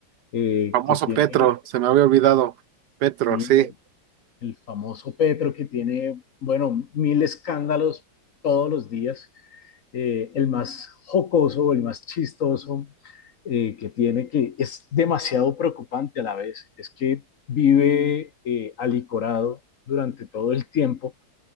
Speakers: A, on the left; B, on the right.
A: eh,
B: Famoso
A: que tiene,
B: Petro, se me había olvidado. Petro,
A: sí,
B: sí.
A: el famoso Petro que tiene, bueno, mil escándalos todos los días, eh, el más jocoso, el más chistoso eh, que tiene, que es demasiado preocupante a la vez, es que vive eh, alicorado durante todo el tiempo